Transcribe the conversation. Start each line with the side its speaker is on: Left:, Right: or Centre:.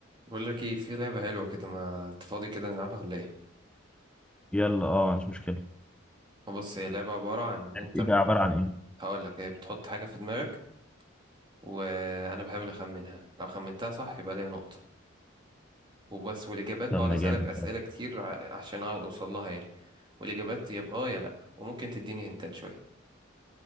Right: بقول لك ايه في لعبة حلوة كده ما انت فاضي كده نلعبها ولا ايه
Centre: يلا اه مش مشكلة
Right: آه، بص هي لعبة عبارة عن ان انت
Centre: ايه بقى عبارة عن ايه
Right: هقول لك هي بتحط حاجة في دماغك وانا بحاول اخمنها لو خمنتها صح يبقى ليا نقطة وبس والاجابات
Centre: لما
Right: بقعد اسالك
Centre: جامد
Right: اسئلة كتير ع- عشان اوصل لها يعني والاجابات يا بآه يا لا وممكن تديني هنتات شوية